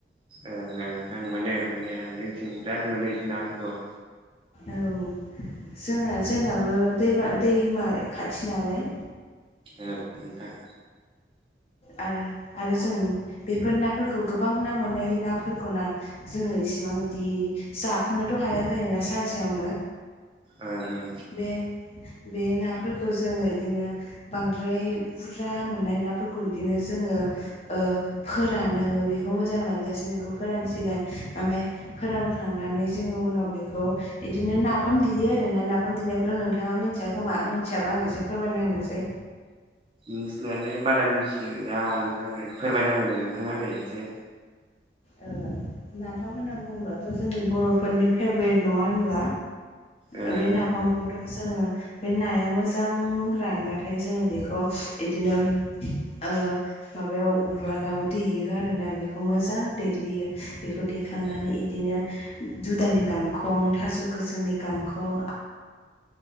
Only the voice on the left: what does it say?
औ जोंना जोंनाबो दैमा दैमा खाथि नालाय
आरो आरो जों बेफोर नाफोरखौ गोबां ना मोननाय ना फोरखौ ना जोङो इसिबां इदि जाख'नोथ' हाया जायोना सानसेयावनो
बे बे नाफोरखौ जोङो इदिनो बांद्राय बुरजा मोननाय नाफोरखौ बिदिनो जोङो ओ फोरानो बेखौ मोजां रानजासिम बेखौ फोरानसिगोन ओमफफ्राय फोरानखांनानै जोङो उनाव बेखौ बिदिनो नाफाम देयो आर ना नाफाम देनायखौथ' नोंथाङा मिथिया खोमा मिथियाबा आं एसे फोरमायना होनोसै
ओ नाफाम होनना बुङोबाथ' जोंनि बर'फोरनि फेभरेट नङा होनब्ला
आ बे नफामखौथ' जोङो बे नाया मोजां रानबाथाय जोङो बेखौ बिदिनो ओ माबायाव उवालाव दैेयो आरोना बेखौ मोजां देग्लियो बेखौ देखांनानै
बिदिनो दुदालि गांखं थास' गोसोमनि गांखं